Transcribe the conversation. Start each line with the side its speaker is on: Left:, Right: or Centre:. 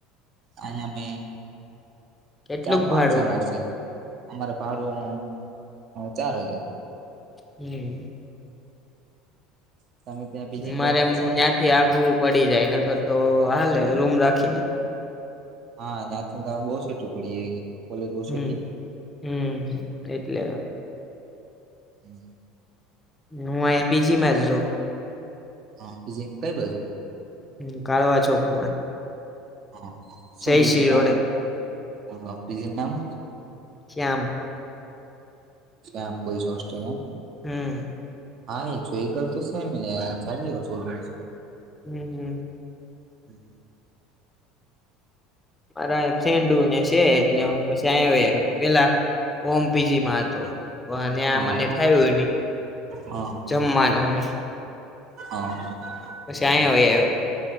Right: આયા મે
Left: કેટલુંક
Right: ચાર પાંચ
Left: ભાડું
Right: જણા છે. અમારે ભાડું ચાર હજાર
Left: હમ.
Right: તમે ત્યાં પીજીમાં
Left: મારે
Right: રહેતા
Left: એમ
Right: હશે ને
Left: ન્યાંથી આધુ પડી જાય નગર તો હાલે રૂમ રાખીને
Right: હા ન્યાથી તાર બો સુટું પડી જાય કોલેજ બો
Left: હમ
Right: સેટી
Left: હમ એટલે
Right: હમ.
Left: હું આયા પીજીમાં જ રવ
Right: હ પીજી મા કઈ બાજુ
Left: હું કાળવા ચોકમાં
Right: હ શું
Left: જયશ્રી
Right: પીજી નામ
Left: રોડે
Right: હ પીજી નું નામ હુ?
Left: શ્યામ.
Right: શ્યામ બોઈઝ હોસ્ટેલ એમને
Left: હમ.
Right: હા એ જોઈ ગલ તો સે મે <unintelligible>
Left: હમ હમ.
Right: હમ.
Left: મારા ફ્રેન્ડુને છે, એટલે હું પછી <unintelligible> પેલા ઓમ પીજીમાં હતો ત્યા
Right: હા
Left: મને ફાયવું ની
Right: હા
Left: જમમાનોને
Right: હા હ.
Left: પછી આંયા હોય આયો